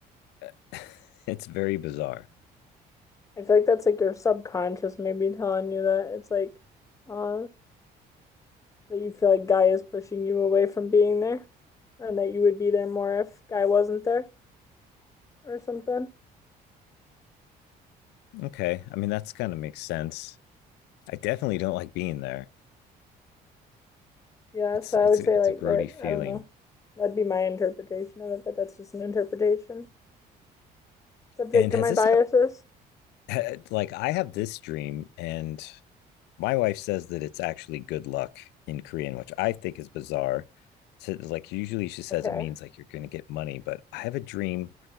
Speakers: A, on the left; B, on the left.
A: <laughs> it's very bizarre.
B: I feel like that's like your subconscious maybe telling you that it's like uh that you feel like Guy is pushing you away from being there and that you would be there more if Guy wasn't there or something.
A: Okay. I mean, that's kind of makes sense. I definitely don't like being there.
B: Yeah,
A: It's
B: so
A: it's
B: I would
A: a-
B: say
A: it's
B: like
A: a grody
B: that,
A: feeling.
B: I don't know. That'd be my interpretation of it, but that's just an interpretation. Subject
A: And
B: to
A: has
B: my
A: this
B: biases.
A: happened? <laughs> Like I have this dream, and my wife says that it's actually good luck in Korean, which I think is bizarre. So like usually she says
B: Okay.
A: it means like you're going to get money, but I have a dream